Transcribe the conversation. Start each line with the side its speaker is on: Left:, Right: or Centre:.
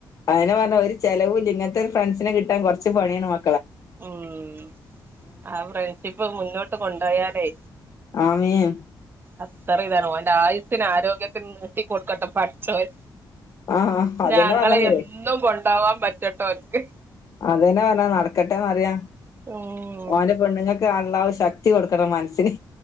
Left: അതന്നെ പർഞ്ഞ ഒരു ചെലവുല്ല ഇങ്ങൻത്തെ ഒരു ഫ്രണ്ട്സിനെ കിട്ടാൻ കൊർച്ച് പണ്യാണ് മ
Right: ഉം ആ ഫ്രണ്ട്ഷിപ്പ് മുന്നോട്ട് കൊണ്ടോയാലേ.
Left: ആമീം.
Right: അത്തറി താണ് ഓൻ്റെ ആയുസിനും ആരോഗ്യത്തിനും നീട്ടി കൊട്ക്കട്ടെ പട്ച്ചോൻ.
Left: ആഹ്
Right: ഞ്ഞാങ്ങളെ
Left: അതന്നെ പറഞ്ഞത്
Right: എന്നും കൊണ്ടോവാ പറ്റട്ടോൻക്ക്.
Left: അതന്നെ പർഞ്ഞ നട്ക്കട്ടെന്നറ്യ.
Right: <inaudible>
Left: ഓൻ്റെ പെണ്ണ്ങ്ങക്ക് അള്ളാഹു ശക്തി കൊടുക്കണം മൻസ്സിന്.